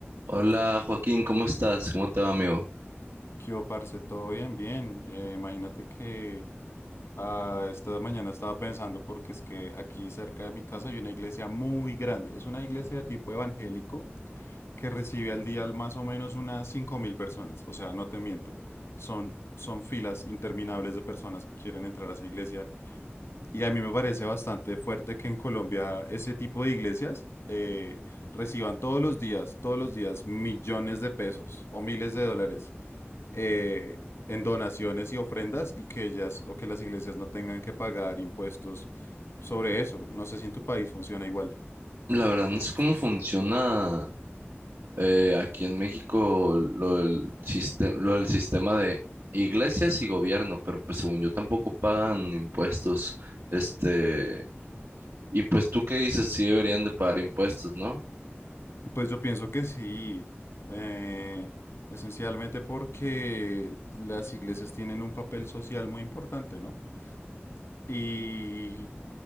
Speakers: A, on the right; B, on the left.
A: Hola Joaquín, ¿cómo estás? ¿Cómo te va, amigo?
B: ¿Qué hubo, parce? ¿Todo bien? Bien. Eh, imagínate que ah, esta mañana estaba pensando porque es que aquí cerca de mi casa hay una iglesia muy grande. Es una iglesia de tipo evangélico que recibe al día más o menos unas 5.000 personas. O sea, no te miento. Son, son filas interminables de personas que quieren entrar a esa iglesia. Y a mí me parece bastante fuerte que en Colombia ese tipo de iglesias eh, reciban todos los días, todos los días millones de pesos o miles de dólares eh, en donaciones y ofrendas y que ellas o que las iglesias no tengan que pagar impuestos sobre eso. No sé si en tu país funciona igual.
A: La verdad no sé cómo funciona eh, aquí en México lo del, siste- lo del sistema de iglesias y gobierno, pero pues según yo tampoco pagan impuestos. Este, y pues tú qué dices, sí deberían de pagar impuestos, ¿no?
B: Pues yo pienso que sí, eh, esencialmente porque las iglesias tienen un papel social muy importante, ¿no? Y